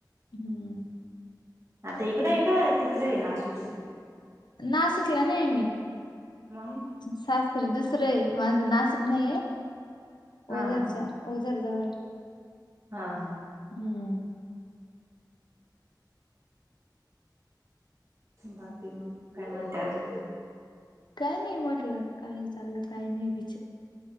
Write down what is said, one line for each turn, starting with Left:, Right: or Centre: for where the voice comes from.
Left: हम्म.
Right: आता इकडय का, तिकडय नाशिकला?
Left: नाशिकला नये
Right: मंग?
Left: सासर दुसरंय माझं. नाशिक नाइये.
Right: हा
Left: ओझारच्या.
Right: हा
Left: ओझर जवळेय
Right: हा हा.
Left: हम्म.
Right: बाकी मग काय म्हणते आजून?
Left: काय नाही म्हटलं काय चाललं काय नाई ती